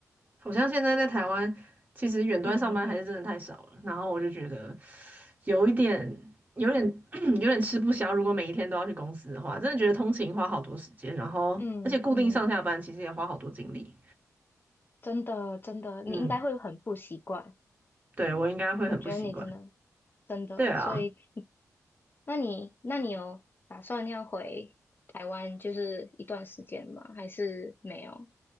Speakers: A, on the right (about 30°); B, on the left (about 35°).
A: 好像现在在台湾其实远端上班还是真的太少了，
B: 嗯嗯
A: 然后我就觉得有一点，有点 <clears throat>，有点吃不消。如果每一天都要去公司的话，真的觉得通勤花好多时间，然后而且固定上下班其实也花好多精力。
B: 嗯嗯嗯。真的真的，你应该会很不习惯。
A: 嗯，对，我应该会很不习惯。
B: 我觉得你真的真的，
A: 对啊。
B: 所以那你那你有打算要回台湾就是一段时间吗？还是没有？